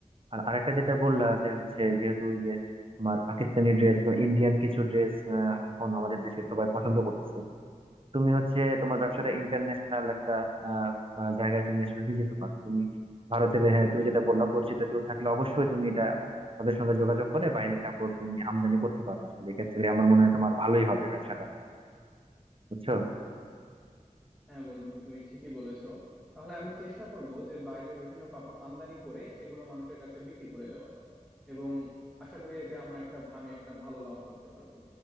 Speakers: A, on the right; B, in the centre.
A: আর আরেকটা যেটা বললা যে হচ্ছে যেহেতু ওই যে তোমার পাকিস্তানি ড্রেস বা ইন্ডিয়ান কিছু ড্রেস এখন আমাদের দেশে সবাই পছন্দ করতেছে তুমি হচ্ছে তোমার ব্যবসাটা ইন্টারন্যাশনাল একটা আহ, আহ, জায়গায় তুমি আসলে নিয়ে যেতে পারো তুমি ভারতের হ্যাঁ তুমি যেটা বললা পরিচিত কেউ থাকলে অবশ্যই তুমি এটা তাদের সঙ্গে যোগাযোগ করে বাইরের কাপড় তুমি আমদানি করতে পারো আসলে এক্ষেত্রে আমার মনে হয় তোমার ভালোই হবে ব্যবসাটা বুঝছো
B: হ্যাঁ বন্ধু তুমি ঠিকই বলেছো তাহলে আমি চেষ্টা করব যে বাইরের বিভিন্ন কাপড় আমদানি করে সেগুলো মানুষের কাছে বিক্রি করে দেওয়া এবং আশা করি এতে আমরা একটা আমি একটা ভালো লাভ করতে পারবো